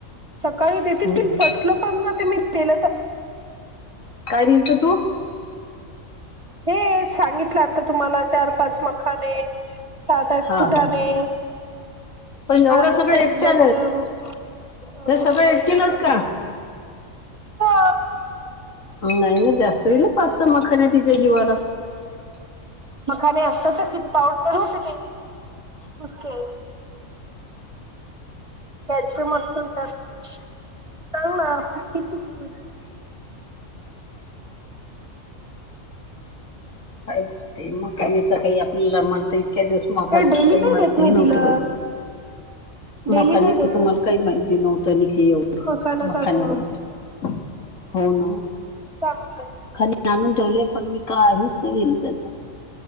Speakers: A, on the right; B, on the left.
A: सकाळी देतील
B: हम्म.
A: ते फसलं पण ना ते मी केलं तर
B: काय दिल तू?
A: हेच सांगितलं आता तुम्हाला चार पाच मकाने सात आठ
B: हा
A: फुटाने
B: हा पण एवढं
A: हा
B: सगळं
A: तेच
B: एकट्या
A: ग, बदाम अ
B: हे
A: अकरोडाची.
B: सगळं एकटीलच का
A: हो.
B: नाही म जास्त व्हहिल पाच सहा मखान तिच्या जीवाला.
A: मखाने असतातच किती? पावडर होती ती. कुसके कॅल्शियम असत त्यात तर ना किती ते
B: काय ते मग आ तर काही आपल्याला म्हणत इतक्या दिवस मखाण्याच
A: डेली
B: काही
A: नाही
B: माहीती
A: देत मी
B: ही नव्हत
A: तिला
B: बाई
A: डेली
B: मखानेच
A: नाही देत
B: त्या
A: ना
B: मला. काही माहिती नव्हतं न की एवढं.
A: मखाना
B: मखाान्याबद्दल
A: चांगलं
B: हो न.
A: चांगलंय.
B: ते आणून ठेवलेत, पण मी काहीच नाही केल त्याच,